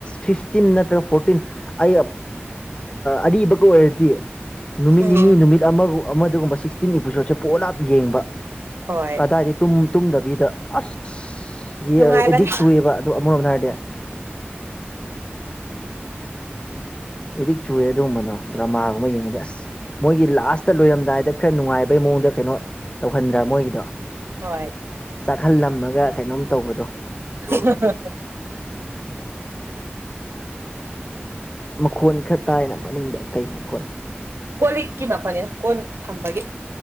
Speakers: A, on the left (about 25°); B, on the right (about 75°).
A: ꯐꯤꯐꯇꯤꯟ ꯅꯠꯇ꯭ꯔꯒ ꯐꯣꯔꯇꯤꯟ ꯑꯩ ꯑꯔꯤꯕꯒ ꯑꯣꯏꯔꯗꯤ ꯅꯨꯃꯤꯠ
B: ꯎꯝ
A: ꯅꯤꯅꯤ ꯅꯨꯃꯤꯠ ꯑꯃꯒ ꯑꯃ ꯑꯗꯨꯒꯒꯨꯝꯕ ꯁꯤꯛꯁꯇꯤꯟ ꯏꯄꯤꯁꯣꯠꯁꯦ ꯄꯣꯠꯂꯥꯞ ꯌꯦꯡꯕ
B: ꯍꯣꯏ
A: ꯀꯗꯥꯏꯗꯩ ꯇꯨꯝ ꯇꯨꯝꯗꯕꯤꯗ ꯑꯁ
B: ꯅꯨꯡꯉꯥꯏꯕꯅꯦ
A: ꯑꯦꯗꯤꯛ ꯆꯨꯏꯦꯕ ꯑ ꯑꯗꯨ ꯑꯃꯔꯣꯝꯗ ꯍꯥꯏꯔꯗꯤ ꯑꯦꯗꯤꯛ ꯆꯨꯑꯦ ꯑꯗꯨꯒꯨꯝꯕꯅꯣ ꯗ꯭ꯔꯃꯥꯒꯨꯝꯕ ꯌꯦꯡꯉꯗꯤ ꯑꯁ ꯃꯣꯏꯒꯤ ꯂꯥꯁꯇ ꯂꯣꯏꯔꯝꯗꯥꯏꯗ ꯈꯔ ꯅꯨꯡꯉꯥꯏꯕꯩ ꯃꯑꯣꯡꯗ ꯀꯩꯅꯣ ꯇꯧꯍꯟꯗ꯭ꯔꯥ ꯃꯣꯏꯒꯤꯗꯣ
B: ꯍꯣꯏ
A: ꯆꯥꯛꯍꯜꯂꯝꯃꯒ ꯀꯩꯅꯣꯝ ꯇꯧꯕꯗꯣ
B: <unintelligible>
A: ꯃꯈꯣꯟ ꯈꯔ ꯇꯥꯏꯅ ꯃꯅꯤꯡꯗ ꯀꯩ ꯃꯈꯣꯟ
B: ꯀꯣꯜ ꯂꯤꯛꯀꯤ ꯃꯈꯣꯟꯅꯤꯗ ꯀꯣꯟ ꯊꯝꯕꯒꯤ